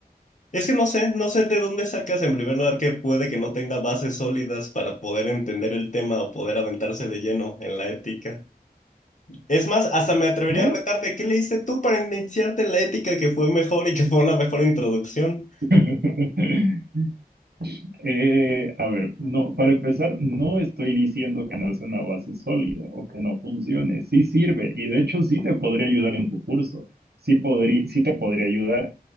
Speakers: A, on the left; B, on the right.
A: es que no sé, no sé de dónde sacas en primer lugar que puede que no tenga bases sólidas para poder entender el tema o poder aventarse de lleno en la ética. Es más, hasta me atrevería
B: No.
A: a retarte, ¿qué leíste tú para iniciarte en la ética que fue mejor y que fue una mejor introducción?
B: <laughs> Eh, a ver, no, para empezar, no estoy diciendo que no es una base sólida o que no funcione. Sí sirve y de hecho sí te podría ayudar en tu curso. Sí podría, sí te podría ayudar,